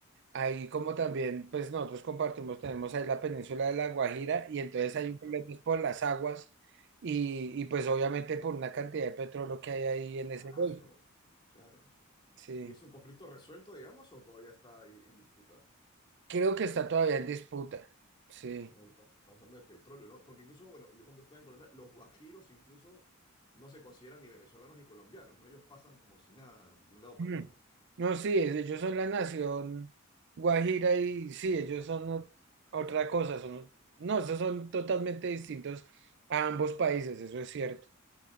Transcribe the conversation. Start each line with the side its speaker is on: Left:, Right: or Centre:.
Right: Ahí como también, pues nosotros compartimos, tenemos ahí la península de La Guajira y entonces
Left: Ah,
Right: hay un
Left: claro.
Right: problema pues, por las aguas y, y pues obviamente por una cantidad de petróleo que hay ahí en
Left: Claro,
Right: ese golfo.
Left: claro.
Right: Sí,
Left: ¿Y es un conflicto resuelto, digamos, o todavía está ahí en disputa?
Right: creo que está todavía en disputa. Sí.
Left: Estamos, estamos- estamos hablando de petróleo, ¿no? Porque incluso, bueno, yo cuando estaba en Colombia, los guajiros incluso no se consideran ni venezolanos ni colombianos, ¿no? Ellos pasan como si nada de un lado
Right: Ujú.
Left: para el otro.
Right: No, sí, ellos son la nación Guajira y sí, ellos son o- otra cosa, son, no, esos son totalmente distintos a ambos países, eso es cierto.